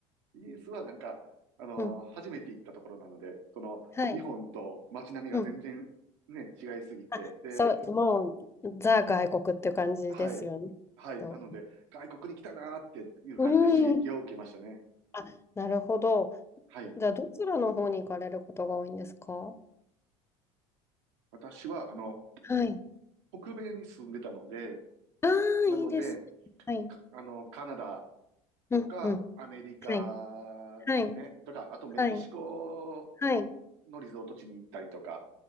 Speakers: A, on the right (about 80°); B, on the left (about 15°).
A: イギリスはなんか、あのー初めて行ったところなので、
B: うん。
A: その、
B: はい。
A: 日本と街並みが全然ね、
B: うん。
A: 違いすぎて、
B: あ、
A: で、
B: そう、もう、ザ外国っていう感じですよね。
A: はい。はい。
B: と
A: なので、外国に来たなーっていう感じで刺激を受けましたね。
B: うん。あ、なるほど。
A: はい。
B: じゃあ、どちらの方に行かれることが多いんですか
A: 私は、あの、
B: はい。
A: 北米に住んでたので、
B: ああ、
A: なので、
B: いいですね。はい。
A: かあの、カナダとかアメリカですね。
B: うん、うん。はい。はい。
A: とか、あとメキシコ
B: はい。はい。
A: のリゾート地に行ったりとか